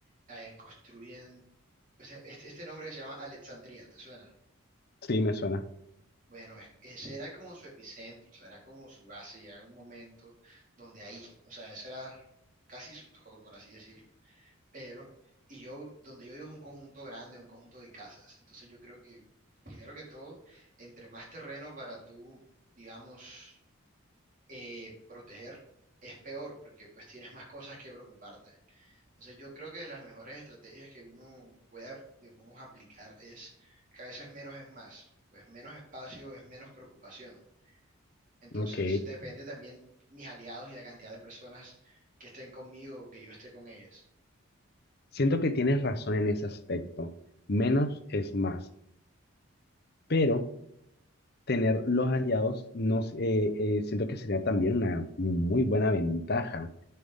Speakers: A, on the right; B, on the left.
A: eh, construyen, o sea, este, este nombre que se llama Alexandria, ¿te suena?
B: Sí, me suena.
A: Bueno, es- ese era como su epicentro, o sea, era como su base, ya en un momento donde ahí, o sea, ese era casi su todo, por así decirlo. Pero, y yo, donde yo vivo es un conjunto grande, un conjunto de casas, entonces yo creo que, primero que todo, entre más terreno para tú, digamos, eh, proteger es peor porque pues tienes más cosas que preocuparte. Entonces yo creo que de las mejores estrategias que uno pueda, digamos, aplicar es que a veces menos es más, pues menos espacio es menos preocupación. Entonces
B: Ok.
A: depende también mis aliados y la cantidad de personas que estén conmigo o que yo esté con ellas.
B: Siento que tienes razón en ese aspecto. Menos es más. Pero tener los aliados, no, s- eh, eh, siento que sería también una muy buena ventaja.